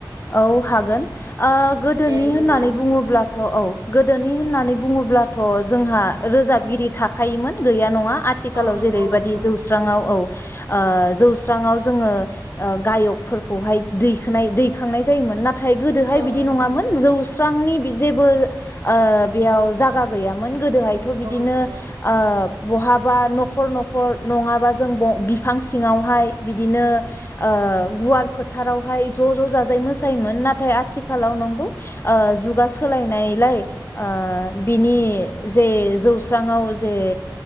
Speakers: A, on the left (about 35°); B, on the right (about 55°).
A: औ हागोन ओ गोदोनि
B: दे बिदिब्ला
A: होननानै बुङोब्लाथ औ गोदोनि होननानै बुङोब्ला थ जोंहा रोजाबगिरि थाखोमोन गैया नङा आथिखालाव
B: औ नंगौ
A: जेरैबादि
B: नोंथां
A: जौस्रांआव औ ओ जौस्रांआव जोङो गायकफोरखौहाय दैखोनाय दै खांनाय जायोमोन ना थाय गोदोहाय
B: औ
A: बिदि
B: नंगौ
A: नङामोन
B: नंगौ
A: जौस्रांनि बि जेबो ओ बेयाव जागा गैयामोन गोदो दोहायथ बिदिनो
B: औ नंगौ
A: आ बहाबा नखर नखर नङाबा जों ब बिफां सिङावहाय बिदिनो ओ गुवार फोथारावहाय ज ज जा जाय मोसायोमोन नाथाय आथिखालाव नंगौ ओ जुगा सोलायनायलाय ओ बिनि जे जौस्राङाव जे